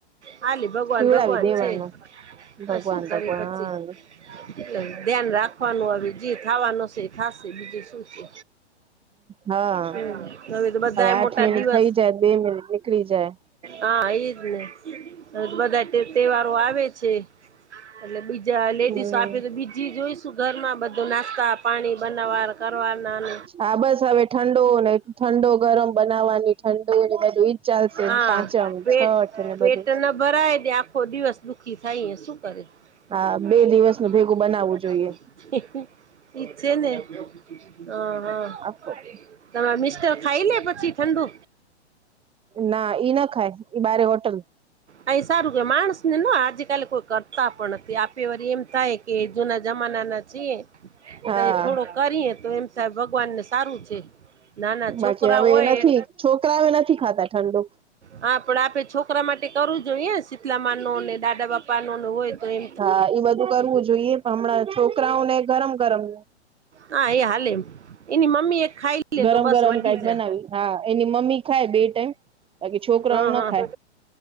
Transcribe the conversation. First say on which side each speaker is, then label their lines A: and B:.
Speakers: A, on the right; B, on the right.
A: હાલે ભગવાન
B: પીવડાવી
A: ભગવાન
B: દેવાનું
A: છે હ
B: ભગવાન
A: શું કરે
B: ભગવાન
A: પછી એટલે ધ્યાન રાખવાનું હવે જે થાવાનું હશે એ થાસે બીજું શું છે?
B: હા
A: હમ્મ હવે તો બધાય
B: આઠ
A: મોટા
B: મિનિટ
A: દિવસ
B: થઈ જાય બે મિનિટ નીકળી જાય
A: હા એજ ને હવે તો બધા તે તહેવારો આવે છે. એટલે બીજા લેડીસો
B: હમ
A: આપી તો બીજી જોઈશું ઘરમાં બધો નાસ્તા પાણી બનાવાર કરવાના ન
B: હા બસ હવે ઠંડો ને ઠંડો ગરમ બનાવવાની ઠંડો ને બધું ઈ જ ચાલશે
A: હા
B: પાંચમ
A: પેટ
B: છઠ ઠ ને
A: પેટ
B: બધું.
A: ન ભરાય ને આખો દિવસ દુઃખી થઈએ શું કરે?
B: હા
A: <unintelligible>
B: બે દિવસ નું ભેગું બનાવવું જોઈએ
A: હા હા ઇજ છેને હા હા
B: આખો <unintelligible>
A: તમાર મિસ્ટર ખાઈ લે પછી ઠંડુ.
B: ના ઈ ના ખાય ઈ બારે હોટલ.
A: અહી સારું કેવા માણસને ના આજ કાલે કોઈ કર તા પણ નથી આપ્યો વરી એમ થાય કે જુના જમાના ના છીએ
B: હા
A: તો એ થોડોક કરીએ તો એમ સાહેબ ભગવાનને સારું છે. નાના
B: બાકી
A: છોકરા
B: હવે
A: હોય
B: એનાથી છોકરાઓ નથી ખાતા ઠંડુ.
A: હા પણ આપે છોકરા માટે કરું જોઈએ શીતલામાનો ને દાદા બાપા નોને હોય તો એ
B: હા એ બધું કરવું જોઈએ પણ હમણાં છોકરાઓ ને ગરમ ગરમ
A: હા એ હાલે. એની મમ્મી એ ખાઈ લે
B: ગરમ
A: તો બસ
B: ગરમ
A: વધી
B: કઈક
A: જાય
B: બનાવી હા એની મમ્મી ખાય બે ટાઈમ. બાકી છોકરાઓ
A: હા
B: ન
A: હા
B: ખાય.